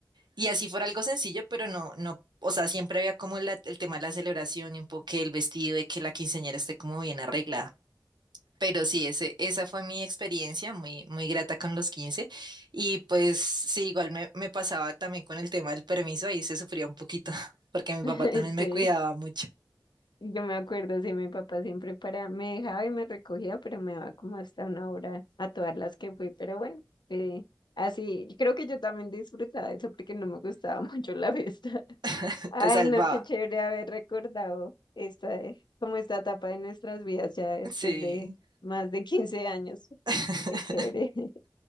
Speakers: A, on the right; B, on the left.
A: y así fuera algo sencillo, pero no no O sea, siempre había como la- el tema de la celebración y un poco que el vestido, de que la quinceañera esté como bien arreglada. Pero sí, ese, esa fue mi experiencia muy, muy grata con los quince Y pues sí, igual me, me pasaba también con el tema del permiso, ahí se sufría un poquito, <laughs> porque mi
B: <laughs>
A: papá también
B: Sí,
A: me cuidaba mucho,
B: yo me acuerdo, sí, mi papá siempre para, me dejaba y me recogía, pero me daba como hasta una hora a todas las que fui, pero bueno, eh, así, creo que yo también disfrutaba de eso porque no me gustaba <laughs> mucho la fiesta.
A: <laughs>
B: Ay,
A: te salvaba.
B: no, qué chévere haber recordado esta, eh, como esta etapa de nuestras vidas ya después
A: Sí,
B: de más de 15 años,
A: <laughs>
B: qué chévere. <laughs>